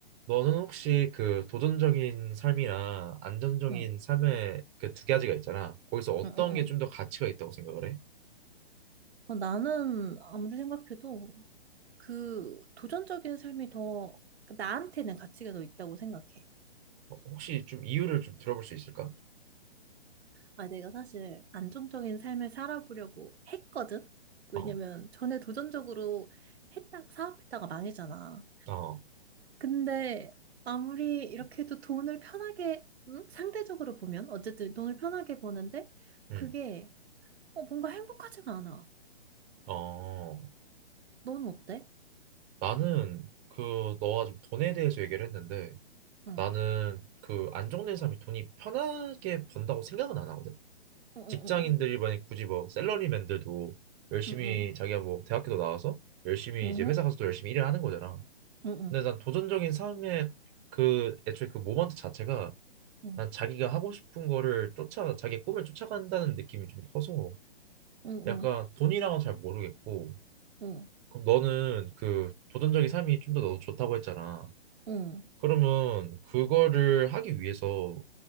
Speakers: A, on the right (about 20°); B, on the right (about 75°).
A: 너는 혹시 그 도전적인 삶이랑 안정적인
B: 응,
A: 삶의 그 두 가지가 있잖아. 거기서 어떤
B: 응, 응, 응.
A: 게 좀 더 가치가 있다고 생각을 해?
B: 어, 나는 아무리 생각해도 그 도전적인 삶이 더 나한테는 가치가 더 있다고 생각해.
A: 어, 혹시 좀 이유를 좀 들어볼 수 있을까?
B: 아, 내가 사실 안정적인 삶을 살아보려고 했거든? 왜냐면
A: 어,
B: 전에 도전적으로 했다, 사업했다가 망했잖아.
A: 어,
B: 근데 아무리 이렇게 해도 돈을 편하게, 음? 상대적으로 보면, 어쨌든 돈을 편하게 버는데
A: 음,
B: 그게 어, 뭔가 행복하지가 않아.
A: 어.
B: 넌 어때?
A: 나는 그 너가 좀 돈에 대해서 얘기를 했는데
B: 응,
A: 나는 그 안정된 삶이 돈이 편하게 번다고 생각은 안 하거든.
B: 응, 응,
A: 직장인들이
B: 응,
A: 만약 굳이 뭐 샐러리맨들도 열심히
B: 응, 응, 응.
A: 자기가 뭐 대학교도 나와서 열심히
B: 응.
A: 이제 회사
B: 응.
A: 가서도 열심히 일을 하는 거잖아.
B: 응,
A: 근데 난 도전적인 삶의 그 애초에 그 모먼트 자체가
B: 응,
A: 난 자기가 하고 싶은 거를 쫓아 자기 꿈을 쫓아간다는 느낌이 좀 커서
B: 응, 응,
A: 약간
B: 응,
A: 돈이랑은 잘 모르겠고
B: 응.
A: 그럼 너는 그 도전적인 삶이 좀 더 너도 좋다고 했잖아.
B: 응.
A: 그러면 그거를 하기 위해서